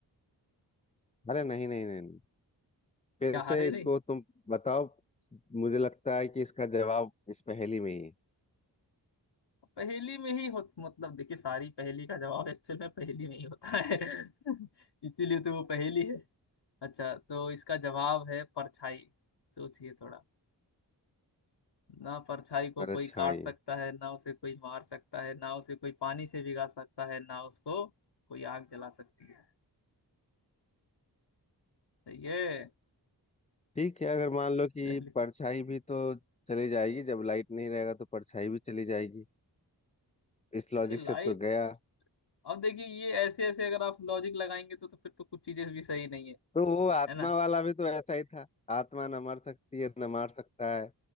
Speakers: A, on the left (about 15°); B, on the left (about 75°).
A: अरे नहीं नहीं नहीं नहीं। फिर
B: क्या
A: से
B: हारे
A: इसको
B: नहीं
A: तुम बताओ मुझे लगता है कि इसका जवाब इस पहेली में ही है
B: पहेली में ही हो मतलब देखिए सारी पहेली का जवाब एक्चुअल में पहेली में ही होता है <laughs> इसीलिए तो वो पहेली है अच्छा तो इसका जवाब है परछाई सोचिए थोड़ा ना परछाई को
A: परछाई
B: कोई काट सकता है ना उसे कोई मार सकता है ना उसे कोई पानी से भिगा सकता है ना उसको कोई आग जला सकती है सही है
A: ठीक है अगर मान लो कि
B: चलिए
A: परछाई भी तो चली जाएगी जब लाइट नहीं रहेगा तो परछाई भी चली जाएगी इस लॉजिक
B: देखिए लाइट
A: से तो गया
B: अब देखिए ये ऐसे ऐसे अगर आप लॉजिक लगाएंगे तो, तो फिर तो कुछ चीजें भी सही नहीं है
A: तो वो आत्मा
B: है ना
A: वाला भी तो ऐसा ही था आत्मा न मर सकती है न मार सकता है